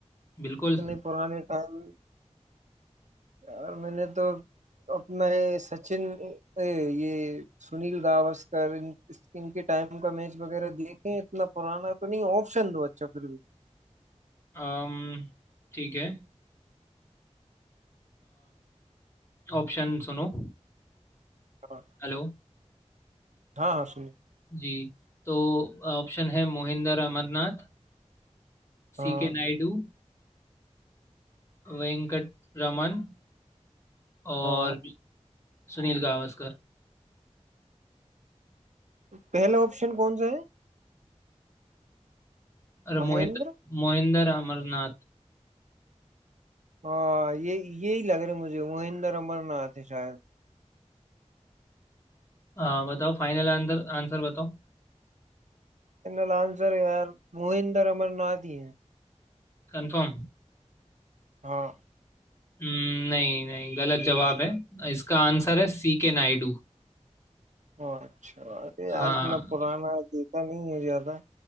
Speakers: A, on the left; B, on the right.
A: बिल्कुल
B: इतने पुराने टाइम यार मैंने तो अपना ये सचिन ए, ये सुनील गावस्कर इन, इस- इनके टाइम का मैच वगैरह देखे हैं, इतना पुराना तो नहीं ऑप्शन दो अच्छा फिर भी
A: अम्म ठीक है ऑप्शन सुनो
B: हाँ
A: हेलो
B: हाँ हाँ सुनील
A: जी तो ऑप्शन है मोहिंदर अमरनाथ
B: हाँ
A: सी के नायडू वेंकट रमन और
B: हाँ
A: सुनील गावस्कर
B: पहला ऑप्शन कौन सा है
A: अरे
B: महेंद्र
A: मोहिंदर मोहिंदर अमरनाथ
B: हाँ ये ये ही लग रहे मुझे मोहिंदर अमरनाथ है शायद
A: आ, बताओ फाइनल आंसर आंसर बताओ
B: फाइनल आंसर यार मोहिंदर अमरनाथ ही है
A: कंफर्म
B: हाँ
A: नहीं नहीं गलत जवाब है इसका आंसर है सी के नायडू
B: हाँ, अच्छा अरे यार
A: हाँ
B: इतना पुराना देखा नहीं है ज्यादा